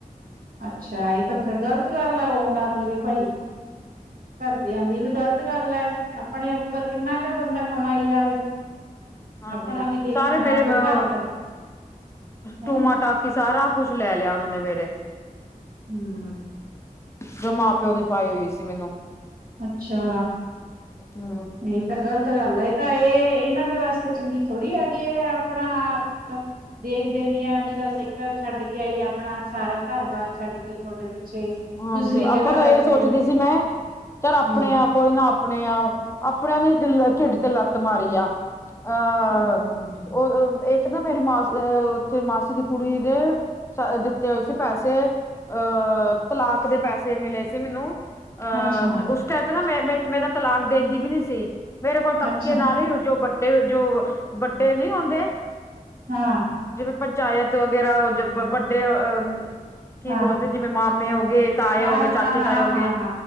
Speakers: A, on the right (about 85°); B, on the left (about 20°).
A: ਅੱਛਾ ਏਹ ਤਾਂ ਫਿਰ ਗਲ ਗਲਤ ਗੱਲ ਆ ਉਹਨਾਂ ਦੀ ਵੀ ਭਾਈ, ਘਰਦਿਆਂ ਦੀ ਵੀ ਗ਼ਲਤ ਗੱਲ ਆ ਏ। ਆਪਣੇ ਉੱਪਰ ਕਿੰਨਾ ਕੁ ਬੰਦਾ ਕਮਾਈ ਜਾਵੇ।
B: ਹਾਂਜੀ,
A: ਆਪਣਾ ਵੀ ਦੇਖਣਾ
B: ਸਾਰੇ ਮੇਰੇ
A: ਫਿਰ
B: ਅ
A: ਘਰ ਦਾ ਹੈਨਾ
B: ਟੂਮਾ, ਟਾਕੀ ਸਾਰਾ ਕੁਛ ਲੈਲਿਆ, ਉਹਨਾਂ ਨੇ ਮੇਰੇ
A: ਹੂੰ।
B: ਜੋ ਮਾਂ-ਪਿਓ ਨੇ ਪਾਈ ਹੋਈ ਸੀ, ਮੈਨੂੰ।
A: ਅੱਛਾ।
B: ਹੂੰ।
A: ਇਹ ਤਾਂ ਗ਼ਲਤ ਗੱਲ ਆ ਏ ਤਾ, ਏ ਏਨਾਂ ਦੇ ਵਾਸਤੇ ਚੰਗੀ ਥੋੜ੍ਹੀ ਹੈਗੀ ਏ, ਏਹ ਆਪਣਾ ਦੇਖਦੇ ਨੀ ਐ ਵੀਰਾ, ਸੇਕਾ ਛੱਡਕੇ ਆਈ ਆਪਣਾ ਸਾਰਾ ਘਰ-ਬਾਰ ਛੱਡ ਕੇ ਥੋਡੇ ਪਿੱਛੇ
B: ਹਾਂਜੀ,
A: ਦੂਸਰੀ
B: ਆਪਾਂ
A: ਜਗ੍ਹਾ
B: ਤਾਂ
A: ਬੈਠੀ
B: ਇਹ ਸੋਚਦੀ
A: ਆ
B: ਸੀ ਮੈਂ, ਚਾਰ ਆਪਣੇ
A: ਹੂੰ
B: ਆਪ ਕੋਈ ਨਾ ਆਪਣੇ ਆ, ਆਪਣਿਆਂ ਨੇ ਢਿੱਡ ਤੇ ਲੱਤ ਮਾਰੀ ਆ। ਅਹ--ਉਹ
A: ਹੂੰ
B: ਇੱਕ ਨਾ ਮੇਰੀ ਮਾਸੀ ਉੱਥੇ ਮਾਸੀ ਦੀ ਕੁੜੀ ਦੇ ਦਿੱਤੇ ਹੋਏ ਸੀ ਪੈਸੇ, ਅਹ ਤਲਾਕ ਦੇ ਪੈਸੇ ਮਿਲੇ ਸੀ ਮੀਨੂੰ, ਅਹ
A: ਅੱਛਾ
B: ਉਸ ਤੇ, ਨਾ ਮੈਂ ਮ ਮੇਰਾ ਤਲਾਕ ਦੇਂਦੀ ਵੀ ਨੀ ਸੀ, ਮੇਰੇ ਕੋਲ ਤੱਕੇ
A: ਅੱਛਾ
B: ਨਾਲ ਹੀ ਜੋ ਫੇਰ, ਜੋ ਵੱਡੇ ਨਹੀਂ ਓਂਦੇ
A: ਹਾਂ।
B: ਜਿਵੇਂ ਪੰਚਾਇਤ ਵਗੈਰਾ ਜ, ਵੱਡੇ ਅ ਕੀ
A: ਹਾਂ
B: ਬੋਲਦੇ, ਜਿਵੇਂ ਮਾਂ ਹੋ ਗਏ, ਤਾਏ
A: ਹਾਂ
B: ਹੋਗੇ, ਚਾਚੇ-ਤਾਏ
A: ਹਾਂ ਹਾਂ
B: ਹੋ ਗਏ।
A: ਹਾਂ ਹਾਂ